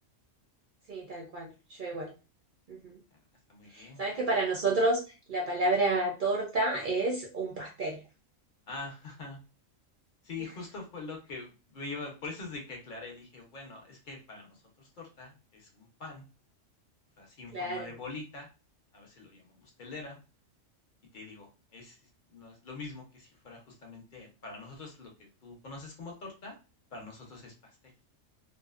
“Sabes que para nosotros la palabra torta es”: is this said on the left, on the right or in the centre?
Right